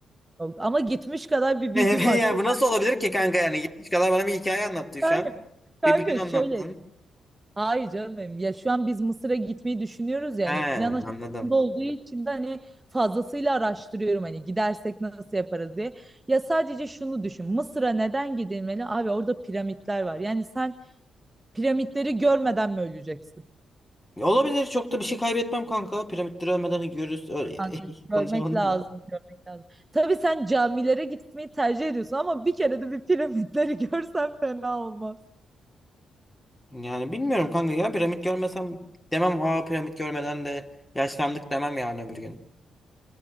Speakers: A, on the right (about 20°); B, on the left (about 15°).
A: Yok, ama gitmiş kadar bir
B: Ne
A: bilgim
B: <laughs>
A: var.
B: ya
A: Çok
B: bu nasıl olabilir ki kanka yani gitmiş kadar bana bir hikaye anlattı şu
A: kanka,
B: an.
A: kanka
B: Bir plan
A: şöyle.
B: anlattın.
A: Hayır canım benim. Ya şu an biz Mısır'a gitmeyi düşünüyoruz ya
B: He
A: hani plan aşamasında
B: anladım.
A: olduğu için de hani fazlasıyla araştırıyorum hani gidersek nasıl yaparız diye. Ya sadece şunu düşün. Mısır'a neden gidilmeli? Abi orada piramitler var. Yani sen piramitleri görmeden mi öleceksin?
B: Olabilir çok da bir şey kaybetmem kanka. Piramitleri ölmeden görürüz. Öyle-
A: Kanka
B: <laughs>
A: görmek
B: Konuşamadım
A: lazım,
B: da.
A: görmek lazım. Tabii sen camilere gitmeyi tercih ediyorsun ama bir kere de bir piramitleri <laughs> görsen fena olmaz.
B: Yani bilmiyorum kanka ya piramit görmesem demem aa piramit görmeden de yaşlandık demem yani öbür gün.